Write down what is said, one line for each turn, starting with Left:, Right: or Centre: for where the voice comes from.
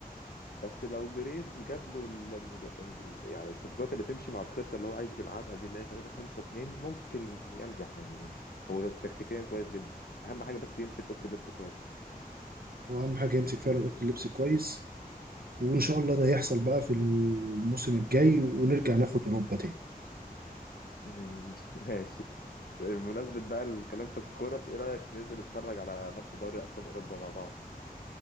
Left: بس لو بيريز جاب له المد... المد- يعني الصفقات اللي تمشي مع الخطه اللي هو عايز يلعبها دي اللي هي 3 5 2 ممكن ينجح يعني هو تكتيكيا كويس جدا اهم حاجه بس يمسك اوضه اللبس كويس
Right: هو اهم حاجة يمسك فعلا اوضة اللبس كويس وان شاء الله ده يحصل بقى في الموسم الجاي ونرجع ناخد اوروبا تاني
Left: <laughs> مم، ماشي بمناسبة بقى الكلام في الكورة ايه رأيك ننزل نتفرج على ماتش دوري أبطال أوروبا مع بعض